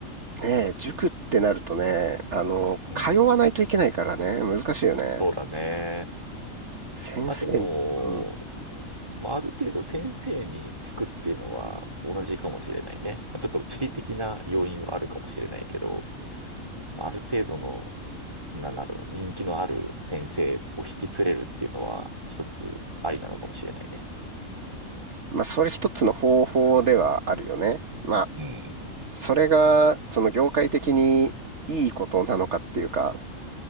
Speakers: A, on the right; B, on the right.
A: ね、塾ってなるとね、あの、
B: うん、
A: 通わないといけないからね、
B: うん。
A: 難しいよね。
B: そうだね。
A: 先生に、
B: まあでも、
A: うん。
B: まあある程度先生につくっていうのは同じかもしれないね。まあ、ちょっと地理的な要因はあるかもしれないけど、まあある程度の、な、なんだろう、人気のある先生を引き連れるっていうのは一つありなのかもしれないね。
A: まあ、それ一つの方法ではあるよね。まあ、
B: うん。
A: それが、その業界的にいいことなのかっていうか、